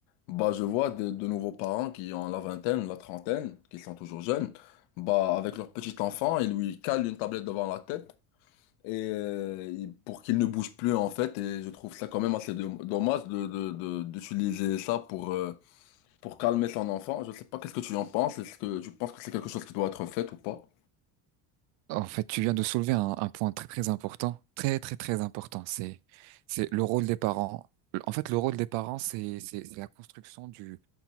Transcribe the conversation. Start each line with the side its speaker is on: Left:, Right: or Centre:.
Left: bah, je vois de, de nouveaux parents qui ont la vingtaine, la trentaine, qui sont toujours jeunes, bah, avec leur petit enfant, ils lui calent une tablette devant la tête et euh, il- pour qu'il ne bouge plus en fait et je trouve ça quand même assez dom- dommage de, de- de- d'utiliser ça pour euh, pour calmer son enfant. Je sais pas qu'est-ce que tu en penses, est-ce que tu penses que c'est quelque chose qui doit être fait ou pas?
Right: En fait, tu viens de soulever un, un point très très important, très très très important. C'est c'est le rôle des parents. En fait, le rôle des parents, c'est c'est c'est la construction du